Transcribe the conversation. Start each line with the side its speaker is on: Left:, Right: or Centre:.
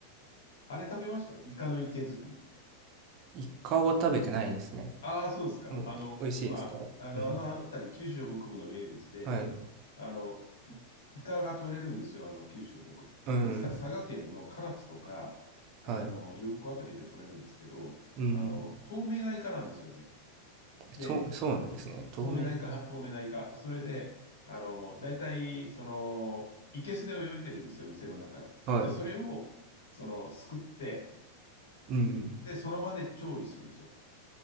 Left: あれ食べましたイカの池作り。
Right: イカは食べてないですね。
Left: ああ、そうですか。
Right: うん。
Left: あの、
Right: 美味しいですかうん。
Left: まあ、あの、あの辺り、九州北部の名物で、
Right: はい。
Left: あの、イカイカが取れるんですよ、あの、九州北部。特にさ佐賀県の唐津とか、
Right: うん。はい。
Left: あの、呼子あたりで取れるんですけど、
Right: うん。
Left: あの、透明なイカなんですよね。で、
Right: そう、そうなんですね。透明。
Left: 透明なイカ、透明なイカ。それで、あの、大体、その、生けすで泳いでるんですよ、店の中の。
Right: はい。
Left: で、それを、その、すくって、
Right: うん。
Left: で、その場で調理するんですよ。